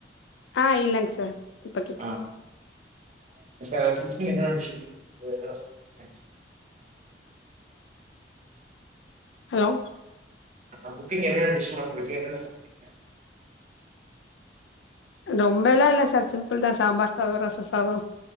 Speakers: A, on the left (about 85°); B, on the right (about 45°).
A: ஆ இல்லங் சார் இப்ப கேக்குது
B: ஆ <unintelligible>
A: ஹலோ
B: ஆ குக்கிங் என்னென்ன டிஷ் சமைப்பீங்க என்னென்ன சப்டுவிங்க
A: ரொம்பல்லாம் இல்ல சார் சிம்பிள் தா சாம்பார் சாதோ ரசோ சாதோ